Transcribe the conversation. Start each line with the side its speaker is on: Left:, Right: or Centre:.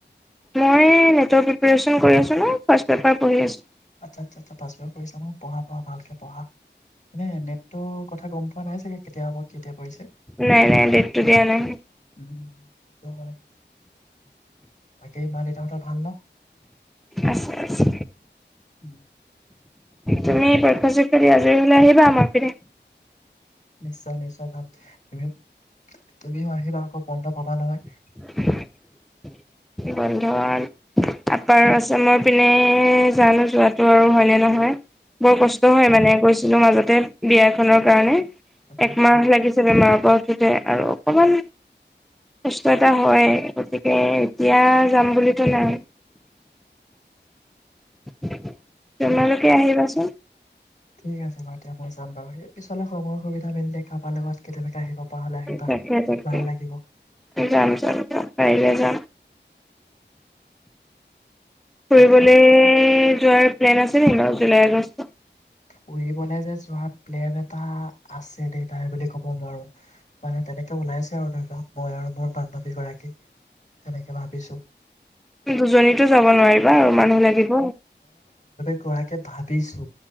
Centre: মই গেটৰ প্ৰিপাৰেচন কৰি আছো নহয় ফাৰ্ষ্ট পেপাৰ পঢ়ি আছো
Left: আচ্ছা আচ্ছা আচ্ছা পাছ হব পঢ়িছা ন পঢ়া পঢ়া ভালকে পঢ়া এনে ডেটটোৰ কথা গম পোৱা নাই চাগে কেতিয়া হব কেতিয়া পৰিছে
Centre: নাই নাই ডেটটো দিয়া নাই
Left: উ সেইটো হয় বাকী মা দেউতা হতৰ ভাল ন
Centre: আছে আছে
Left: উম <inaudible>
Centre: তুমি পৰীক্ষা চৰীক্ষা দি আজৰি হলে আহিবা আমাৰ পিনে
Left: নিশ্চয় নিশ্চয় যাম তুমিও তুমিও আহিবা আকৌ বন্ধ পাবা নহয়
Centre: <inaudible> বন্ধন আপাৰ আছামৰ পিনে জানো যোৱাটো আৰু হয়নে নহয়। বৰ কষ্ট হয় মানে কৈছ চনৰ মাজতে বিয়া খনৰ কাৰণে
Left: আচ্ছা
Centre: একমাহ
Left: আচ্ছা
Centre: লাগিছে বেমাৰ উঠোঠে আৰু অকমান কষ্ট এটা হয় গতিকে এতিয়া যাম বুলিতো নাই <unintelligible> তোমালোকে আহিবাচোন।
Left: ঠিক আছে বাৰু এতিয়া মই যাম বাৰু স পিছলে সময়ৰ সুবিধা মেলিলে কাৰোবাৰ লগত কেতিাকে আহিব পৰা হলে আহিবা
Centre: তাকে তাকে
Left: ভাল লাগিব
Centre: যাম যাম যাম পাৰিলে যাম। ফুৰিবলৈ
Left: বাকী
Centre: যোৱাৰ প্লেন আছে নে বাৰু? July August.
Left: ফুৰিবলৈ যে যোৱা প্লেন এটা আছে দেই নাই বুলি ক'ব নোৱাৰো মানে তেনেকে ওলাইছে আৰু ধৰি ল মই আৰু মোৰ বান্ধৱী গৰাকী তেনেকে ভাবিছো।
Centre: দুজনীতো যাব নোৱাৰিবা আৰু মানুহ লাগিব।
Left: গৰাকে ভাবিছো